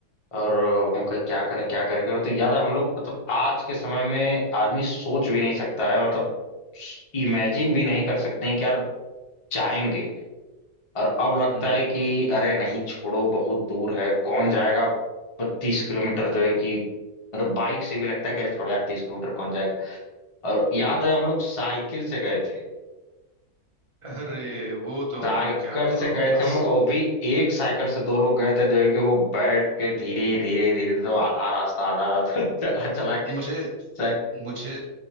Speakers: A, on the left; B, on the right.
A: और अब हम कहे क्या करें क्या करें करें तो याद है हम लोग मतलब आज के समय में आदमी सोच भी नहीं सकता है मतलब इमेजिन भी नहीं कर सकते हैं कि यार जाएंगे और अब लगता
B: हम्म
A: है कि अरे नहीं छोड़ो बहुत दूर है कौन जाएगा तीस किलोमीटर जो है कि मतलब बाइक से भी लगता है कि अरे छोड़ो यार तीस किलोमीटर कौन जाएगा और याद है हम लोग साइकिल से गए थे
B: अरे वो तो
A: साइकिल
B: मैं क्या बताऊं
A: से गए
B: क्लास
A: थे हम लोग और भी एक साइकिल से दो लोग गए थे जो है कि वो बैठ के धीरे धीरे धीरे तो आधा रास्ता आधा रास्ता <laughs> चला चला के
B: मुझे
A: सह-
B: मुझे